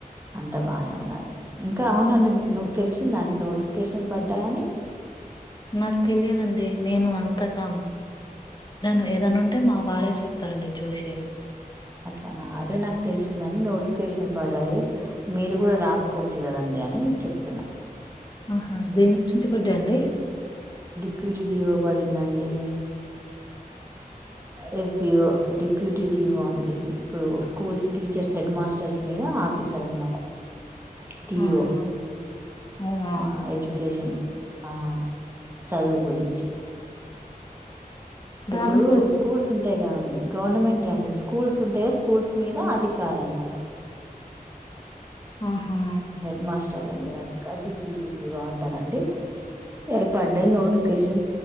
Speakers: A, on the right (about 15°); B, on the left (about 30°).
A: అంతా బానే ఉన్నారు ఇంకా అవునండి మీకు నువ్కు తెలిసిందా అండి నోటిఫికేషన్ పడ్డాయని
B: నాకు తెలియదండి నేను అన్ తకాం నేను ఏదనుంటే మా వారే చెప్తారండి చూసి
A: అట్లా నా అదే నాకు తెలిసిందని నోటిఫికేషన్స్ బడాయి మీరు గూడ రాసుకోవచ్చు గదాని డి అని చెప్తున్నా
B: ఆహా దేని గురించి బడ్డాండి
A: పీ జీ డీ వో బడిందండి రెప్యో డిప్యూటీ డీ ఓ అండి ఇప్పుడు స్కూల్స్ టీచర్స్ హెడ్ మాస్టర్స్ మీద ఆఫీసర్ అన్మాట డీ
B: ఆహా
A: ఓ
B: అవునా
A: మా ఎజుకేషన్ ఆ చదువు గురించి
B: దానికి
A: ఇప్పుడు స్కూల్స్ గదండి గవర్నమెంటే అండి స్కూల్స్ ఉంటయ స్కూల్స్ మీద అధికార్నమాట
B: ఆహా
A: హెడ్ మాస్టర్ల మీరు అధికారు డిప్యూటీ డిగా అంటారండి ఏ పడ్డ నోటిఫికేషన్